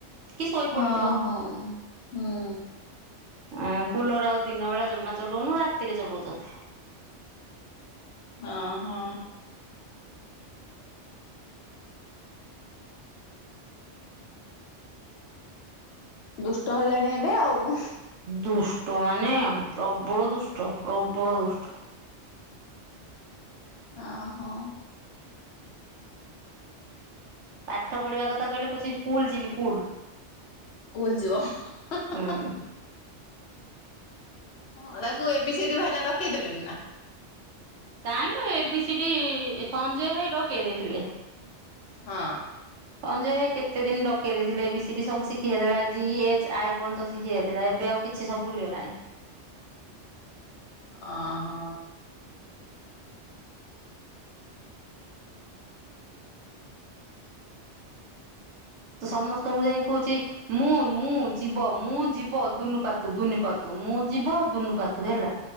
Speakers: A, on the right; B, on the left.
A: କି ଶୋଇ
B: ହଁ
A: ପଡିଥିବ
B: ହଁ ହୁଁ।
A: ଆ କୁଲର ଆଉ ଦିନ ବେଳା ଜମା ଚଲାଉନୁ ରାତିରେ ଚଲଉଛନ୍ତି
B: ହ ହୋ ଦୁଷ୍ଟ ହେଲାଣି ଏବେ ଆଉ
A: ଦୁଷ୍ଟ ମାନେ ପ୍ରବଳ ଦୁଷ୍ଟ ପ୍ରବଳ ଦୁଷ୍ଟ
B: ଓ ହୋ।
A: ପାଠ ପଢିବା କଥା କହିଲେ କହୁଛି କୁଲ ଯିବି କୁଲ।
B: କୁଲ ଯିବ ହଁ ହଁ
A: ହୁଁ।
B: ହଁ ହଁ ତାକୁ ଏବି ସିଡି ଭାଇନା ଡକେଇ ଦେଲେଣି ନା
A: କାହିଁ ନା A B C D Sanjay ଭାଇ ଡକେଇ ଦେଇଥିଲେ
B: ହଁ
A: ସଞ୍ଜୟ ଭାଇ କେତେ ଦିନ ଡକେଇ ଦେଇଥିଲେ ବି ସିଡି ସବୁ ଶିଖି ଯାଇଥିଲା ଜି ଏଚ ଆଇ ପର୍ଯ୍ୟନ୍ତ ଶିଖି ଯାଇଥିଲା ଏବେ ଆଉ କିଛି ସବୁ ଭୁଲିଗଲାଣିି।
B: ଅ ହୋ।
A: ସମସ୍ତଙ୍କୁ ଯାଇ କହୁଛି ମୁଁ ମୁଁ ଯିବ ମୁଁ ଯିବ ଦୁନୁ ପାତୁ ଦୁନନୁ ପାତୁ ମୁଁ ଯିବ ଦୁନୁପାତୁ ହେଲା।